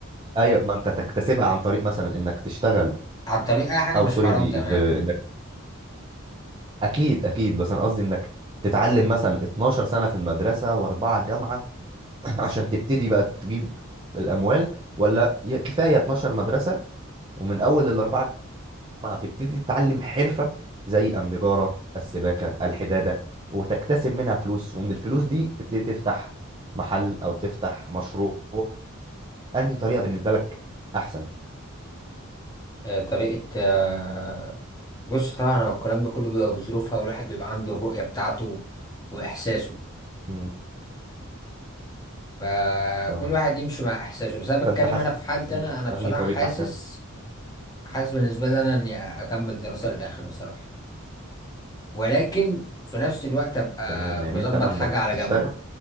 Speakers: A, on the right (about 25°); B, on the left (about 15°).
A: ايوه ما انت تكتسبها عن طريق مثلا انك تشتغل
B: عن طريق اي حاجه
A: او
B: مش
A: سوري
B: حرام
A: دي
B: تمام
A: ب... انك
B: يعني
A: اكيد اكيد بس انا قصدي انك تتعلم مثلا 12 سنه في المدرسه واربعه جامعه <clears throat> عشان تبتدي بقى تجيب الاموال ولا ي- كفايه 12 مدرسه ومن اول الاربعه جامعه تبتدي تتعلم حرفه زي النجاره السباكه الحداده وتكتسب منها فلوس ومن الفلوس دي تبتدي تفتح محل او تفتح مشروع انهي طريقه بالنسبه لك احسن
B: آه، طريقه آه، بص طبعا هو الكلام ده كله بيبقى بظروفها والواحد بيبقى عنده الرؤيه بتاعته واحساسه
A: امم
B: فكل
A: تمام
B: واحد يمشي مع احساسه بس انا
A: فانت
B: بتكلم
A: حاسس
B: انا في حالتي
A: ان
B: انا انا بصراحه
A: انهي طريق
B: حاسس
A: احسن
B: حاسس بالنسبة لي أنا إني أكمل دراسة
A: مم.
B: للآخر بصراحة ولكن في نفس الوقت أبقى
A: تمام يعني
B: مظبط
A: انت ما عندك
B: حاجة على
A: تشتغل
B: جنب